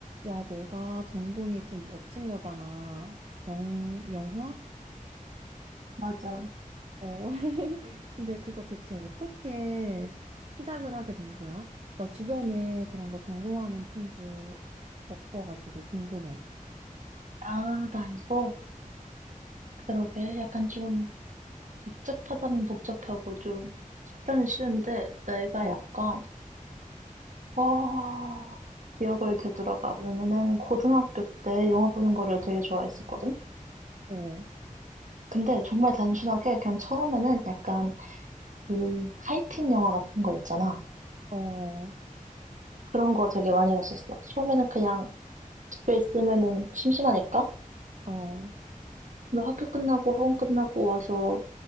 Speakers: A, on the right; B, on the right.
A: 야, 너가 전공이 좀 멋진 거잖아. 영, 영화?
B: 맞아.
A: 어. <laughs> 근데 그거 대체 어떻게 시작을 하게 된 거야? 나 주변에 그런 거 전공하는 친구 없어가지고 궁금해.
B: 아, 나 이거, 그러게. 약간 좀 복잡하다면 복잡하고 좀 쉽다면 쉬운데, 내가
A: 어,
B: 약간, 아, 기억을 되돌아가 보면은 고등학교 때 영화 보는 거를 되게 좋아했었거든?
A: 어,
B: 근데 정말 단순하게 그냥 처음에는 약간 그 하이틴 영화 같은 거 있잖아.
A: 어,
B: 그런 거 되게 많이 봤었어. 처음에는 그냥 집에 있으면은 심심하니까.
A: 어.
B: 뭐 학교 끝나고 학원 끝나고 와서